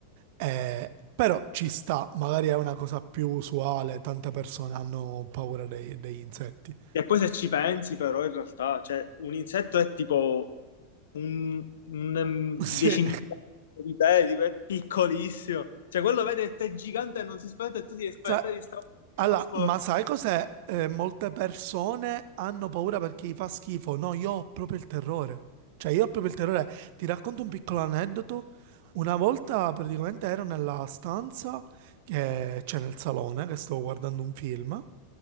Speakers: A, on the right; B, on the left.
A: Eh, però ci sta, magari è una cosa più usuale, tante persone hanno paura dei- degli insetti.
B: E poi se ci pensi, però, in realtà, cioè, un insetto è tipo un, un um,
A: <laughs>
B: decimillimetro
A: Sì,
B: di te, tipo, è piccolissimo. Cioè, quello vede che te è gigante e non si spaventa e tu ti devi spaventare
A: Sa-
B: di sta cosa minuscolo.
A: Allora, ma sai cos'è? Eh, molte persone hanno paura perché gli fa schifo. No, io ho proprio il terrore. Cioè, io ho proprio il terrore. Ti racconto un piccolo aneddoto. Una volta praticamente ero nella stanza che c'è nel salone, che stavo guardando un film,